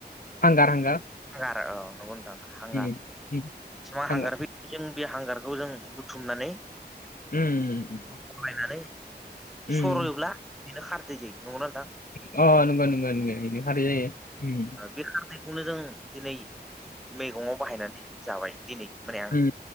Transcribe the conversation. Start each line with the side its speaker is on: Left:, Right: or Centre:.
Left: हांगार हांगार
Centre: हांगार औ नंगौ नोंथां हांगार
Left: उम उम
Centre: बेसिबां
Left: थांगोन
Centre: हांगार फै <unintelligible> बे हांगारखौ जों बुथुमनानै
Left: उम
Centre: गायनानै
Left: उम
Centre: सर'योब्ला बेनो खारदै जायो। नंगौ नोंथां?
Left: अ अ नंगो नोंगो नोंगो इनो खारै जायो।
Centre: बे खारदैखौनो जों दिनै मैगङाव बाहायनानै जाबाय दिनै। माने आं
Left: उम